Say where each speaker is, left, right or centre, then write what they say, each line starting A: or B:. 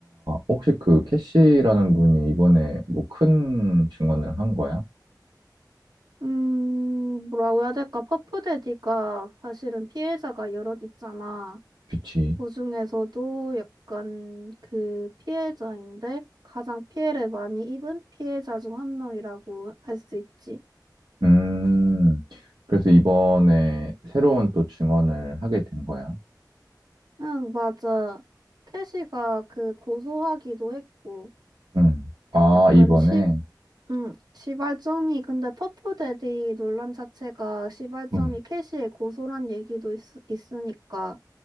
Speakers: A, on the right; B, on the right.
A: 혹시 그 캐시라는 분이 이번에 뭐 큰 증언을 한 거야?
B: 음, 뭐라고 해야 될까? 퍼프데디가 사실은 피해자가 여럿 있잖아.
A: 그치.
B: 그 중에서도 약간 그 피해자인데 가장 피해를 많이 입은 피해자 중 한 명이라고 할 수 있지.
A: 음, 그래서 이번에 새로운 또 증언을 하게 된 거야.
B: 응, 맞아. 캐시가 그 고소하기도 했고,
A: 응. 아,
B: 약간
A: 이번에?
B: 시, 음, 시발점이, 근데 퍼프데디 논란 자체가 시발점이
A: 응
B: 캐시의 고소란 얘기도 있, 있으니까,